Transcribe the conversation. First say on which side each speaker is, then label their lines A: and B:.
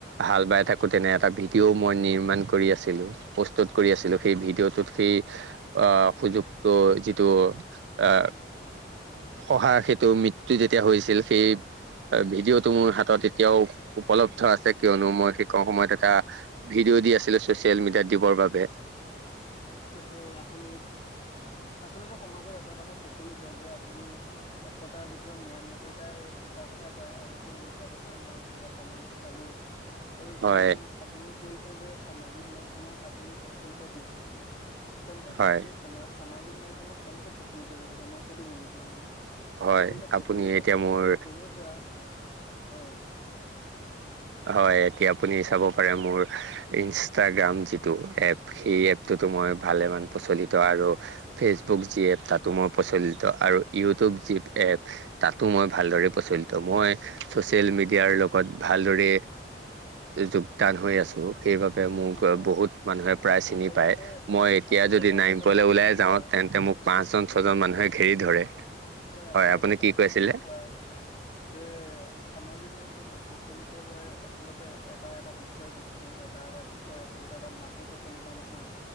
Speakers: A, on the right; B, on the left.
A: হাল বাই থাক তে তেনে এটা ভিডিঅ' মই নিৰ্মাণ কৰি আছিলোঁ প'ষ্টত কৰি আছিলোঁ সেই ভিডিঅ'টোত। সেই আহ সুযোগটো যিটো আহ। শহা সেইটো মৃত্য যেতিয়া হৈছিল সেই ভিডিঅ'টো মোৰ হাতত এতিয়াও উপলব্ধ আছে কিয়নো মই শেষত সময়ত এটা। ভিডিঅ' দি আছিলে ছ'চিয়েল মিডিয়াত দিবৰ বাবে
B: হয় আপুনি আচলতে সমাজত এটা কথা প্ৰচলিত যে আপুনি এশতাৰ ভিতৰত নিৰান্নবৈটাই মিছা কথা কয় আৰু সেই মিছা কথাৰ মই এতিয়া প্ৰমাণটো পালো আৰু
A: হয়
B: যিহেতু আপুনি কৰিছে যে সামাজিক মাধ্যমত আপুনি প্ৰচলিত ব্যক্তি আচলতে
A: হয়
B: আপুনি সমা সামাজিক মাধ্যয়মত কেনেকে প্ৰচলিত হৈ থাকে মই সেইটো বুজি পোৱা নাই।
A: হয়
B: আচলতে প্ৰচলিত
A: আপুনি এতিয়া
B: শব্দটো
A: মোৰ
B: এনেকুৱা হয়।
A: হয় এতিয়া আপুনি চাব পাৰে মোৰ ইনষ্টাগ্ৰাম যিটো এপ সেই এপটোতো মই ভালেমান প্ৰচলিত আৰু ফেচবুক যি এপ তাতো মই প্ৰচলিত আৰু ইউটিউব যি এপ তাতো মই ভালদৰে প্ৰচলিত মই ছ'চিয়েল মিড ও ভালদৰে যোগদান হৈ আছো সেইবাবে মোক
B: হয়
A: বহুত মানুহে প্ৰায় চিনি
B: আচলতে
A: পায় মই এতিয়া
B: আচলতে
A: যদি নামিবলৈ
B: কথাটো
A: ওলাই
B: এনেকুৱা
A: যাওঁ তেন্তে মোক পাঁচজন ছজন মানুহে ঘেৰি ধৰে
B: হয় আচলতে
A: আপুনি
B: কথাটো
A: কি কৈছিলে
B: এনে কোৱা যে সামাজিক মাধ্যমত। মত প্ৰচলিত হৈ আচলতে এটা এটা বিষয় বস্তু এটা এটা বিষয় আচলতে তাত মানুহ প্ৰচলিত নহয়।